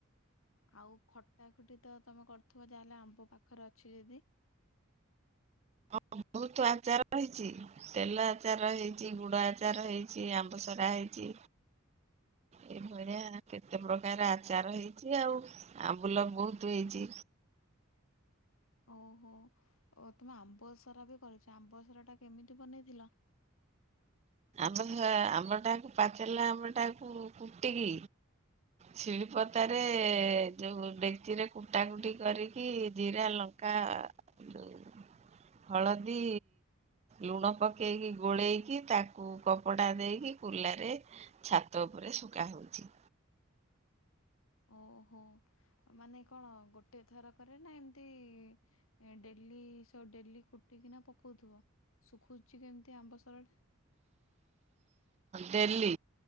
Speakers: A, on the left; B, on the right.
A: ଆଉ ଖଟା ଖଟି ତ ତମେ କରୁଥିବ ଯାହାହେଲେ ଆମ୍ବ ପାଖରେ ଅଛି ଯଦି। <inaudible>
B: ହଁ ବହୁତ ଆଚାର ହେଇଛି। ତେଲ ଆଚାର ହେଇଛି, ଗୁଡ଼ ଆଚାର ହେଇଛି, ଆମ୍ବସରା ହେଇଛି। ଏଇଭଳିଆ କେତେ ପ୍ରକାର ଆଚାର ହେଇଛି ଆଉ। ଆମ୍ଭୁଲ ବହୁତ ହେଇଛି।
A: ଓହୋ ଓ ତୁମେ ଆମ୍ବସାରା ବି କରିଛ ଆମ୍ବସାରା ଟା କେମିତି ବନେଇଥିଲ? <inaudible>
B: ଆମ୍ଭସରା ଆମ୍ବ ଟାକୁ ପାଚିଲା ଆମ୍ବ ଟାକୁ କୁଟିକି। ଶିଳୁପତରେ ଯୋଉ ଡେକିଚିରେ କୁଟା କୁଟି କରିକି ଜିରା ଲ କା ଯୋଉ ହଳଦୀ ଲୁଣ ପକେଇକି ଗୋଳେଇକି ତାକୁ କପଡ଼ା ଦେଇକି କୁଲାରେ ଛାତ ଉପରେ ଶୁଖା ହଉଛି।
A: ଓହୋ ମାନେ କଣ ଗୋଟେ ଥର କରେ ନା ଏମିତି ଏ ଡେଲି ଡେଲି କୁଟିକିନା ପକଉଥିବ ଶୁଖୁଛି କେମିତି ଆମ୍ବ ସରା ଟା?
B: ଡେଲି